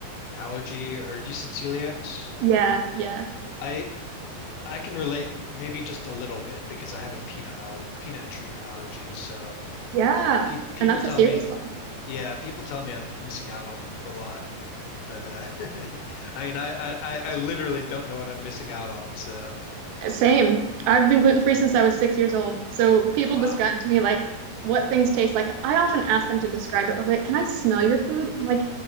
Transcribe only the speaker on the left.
allergy, or you said celiacs.
I I can relate maybe just a little bit because I have a peanut aller peanut and tree nut allergy. So
pe people
tell
me,
yeah, people tell me I'm missing out on a lot. But uh, <laughs> I mean, I, I I I literally don't know what I'm missing out on. So
wow,